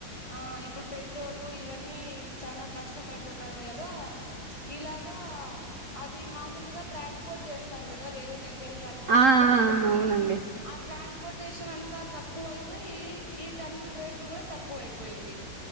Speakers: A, on the left; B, on the right.
A: ఆ ఇప్పుడు పెట్రోలు ఇవన్నీ అన్నీ చాలా కష్టం అయిపోతుంది కదా ఇలాగా అవి మామూలుగా ట్రాన్స్పోర్ట్ చేస్తారు కదా వేరే దగ్గరకి అరటి పండ్లు
B: ఆ ఆ అవునండి
A: ఆ ట్రాన్స్ పోర్టేషన్ అంతా తక్కువ అయిపోయి ఈ టన్నుల రేట్లు కూడా తక్కువ అయిపోయింది